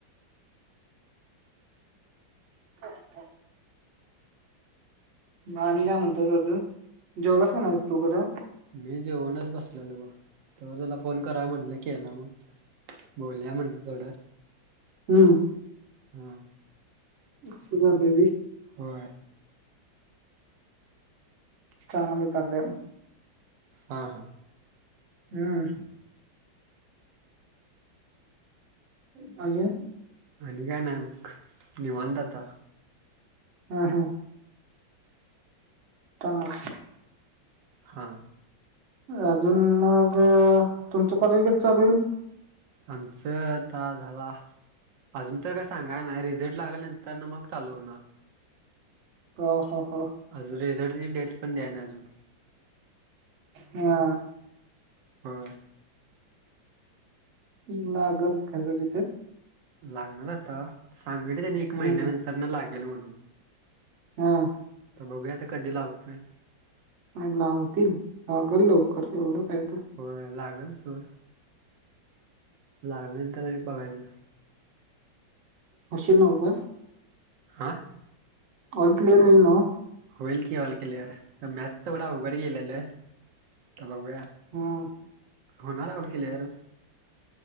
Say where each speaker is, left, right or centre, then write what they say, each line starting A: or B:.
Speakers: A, on the right; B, on the right.
A: खर खर म आणि काय म्हणतो अजून जेवलास का नाही तू खरं?
B: मी जेवनच बसलेलो ग तर तुला फोन करा म्हणलं केला मग. बोलूया म्हणलं थोडं.
A: हम
B: हा.
A: सुधा देवी.
B: होय?
A: चांगलं चालाय
B: हा हा
A: हम्. बाकी
B: आणि काय नाही मग निवांत आता.
A: हम हा. <unintelligible>
B: हा.
A: अजून मग तुमचं कॉलेज कधी चालू होईल?
B: आमचं आता झाला अजून तर काय सांगाय नाय, रिझल्ट लागल्यानंतर ना मग चालू होणार.
A: ह ह.
B: अजून रिझल्ट ची डेट पण द्या ना अजून.
A: हा.
B: होय.
A: ह नागन खर्च
B: लागणार आता सांग त्यांनी
A: हम्म
B: एक महिन्यानंतर न लागेल म्हणून.
A: हा.
B: तर बघूया तर कधी लागतोय?
A: नाही लावतील. लागल लवकर एवढं काय? तर
B: होय लागेल. सोड लागल्या नंतर बघायचं.
A: होशील नाव पास?
B: हा.
A: ऑल क्लिअर होईल नव?
B: होईल की ऑल क्लिअर. तर मॅथ तेवढ उघड गेलेलं. बघुया,
A: हो
B: होणार ऑल क्लिअर.